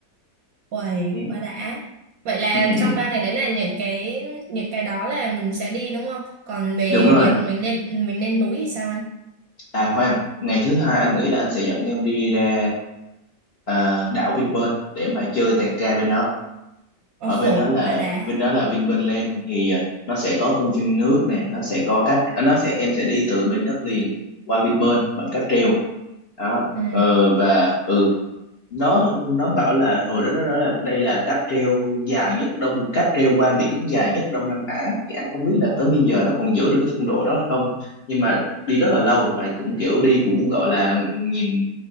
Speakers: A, on the right (about 65°); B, on the left (about 45°).
A: <laughs> Uầy,
B: ừ.
A: quá đã. Vậy là
B: Ừ, ừ, ừ.
A: trong ba ngày đấy là những cái những cái đó là mình sẽ đi đúng không? Còn về
B: đúng rồi
A: việc mình lên mình lên núi thì sao anh?
B: à khoan ngày thứ hai anh nghĩ là anh sẽ dẫn em đi ra à, đảo Vinpearl để mà chơi tẹt ga bên đó
A: Ồ,
B: ở bên đó là
A: quá đã.
B: bên đó là Vinpearl Land, thì à, nó sẽ có công viên nước nè nó sẽ có cách à, nó sẽ em sẽ đi từ bên đất liền qua Vinpearl bằng cáp treo đó
A: Ừ.
B: ờ, và ừ nó nó bảo là hồi đó nó nói là đây là cáp treo dài nhất đông cáp treo qua biển dài nhất Đông Nam Á thì anh không biết là tới bây giờ nó còn giữ được cái phong độ đó hay không nhưng mà đi rất là lâu và cũng kiểu đi cũng gọi là nhìn